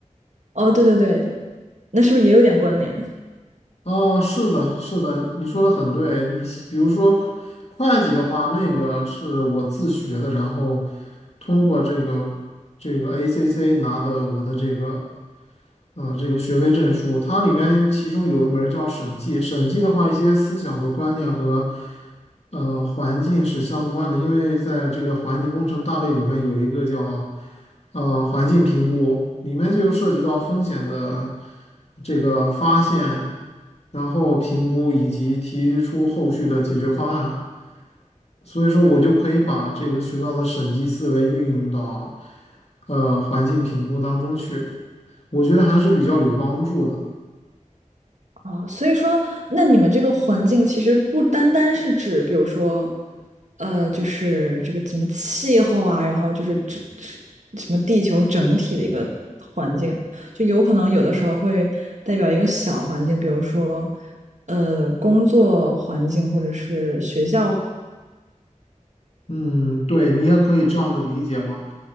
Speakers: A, on the right; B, on the left.
A: 哦，对对对，那是不是也有点关联？
B: 啊，是的，是的，你说的很对。你比如说会会计的话，那个是我自学的，然后通过这个这个 ACC 拿的我的这个。呃，这个学位证书，它里面其中有一门儿叫审计。审计的话，一些思想和观念和呃环境是相关的，因为在这个环境工程大类里面有一个叫呃环境评估，里面就涉及到风险的这个发现，然后评估以及提出后续的解决方案。所以说，我就可以把这个学到的审计思维运用到呃环境评估当中去。我觉得还是比较有帮助的。
A: 哦，所以说，那你们这个环境其实不单单是指，比如说，呃，就是这个什么气候啊，然后就是指指什么地球整体的一个环境，就有可能有的时候会代表一个小环境，比如说，呃，工作环境或者是学校
B: 嗯，对，你也可以这样子理解嘛。